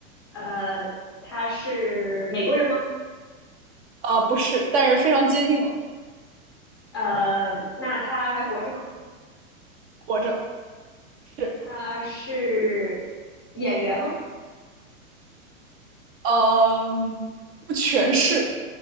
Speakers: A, on the left; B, on the right.
A: 呃，他是美国人吗？
B: 呃，不是，但是非常接近了。
A: 呃，那他还活着吗？
B: 活着是，
A: 他是演员吗？
B: 嗯、不全是，